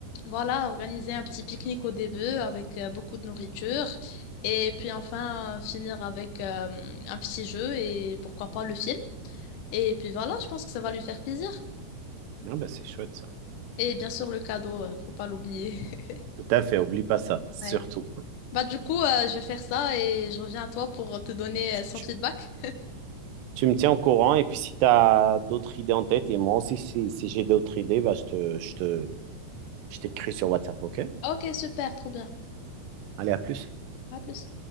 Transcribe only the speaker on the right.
Ah, ben, c'est chouette ça.
Tout à fait, oublie pas ça, surtout.
Tu,
tu me tiens au courant et puis si tu as d'autres idées en tête, et moi aussi si, si j'ai d'autres idées, bah, je te, je te, Je t'écris sur WhatsApp, OK?
Allez, à plus.